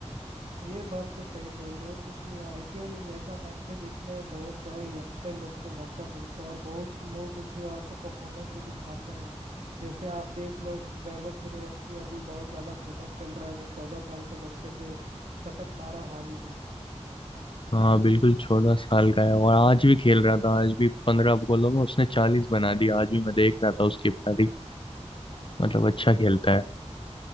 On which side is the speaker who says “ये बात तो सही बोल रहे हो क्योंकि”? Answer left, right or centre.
Right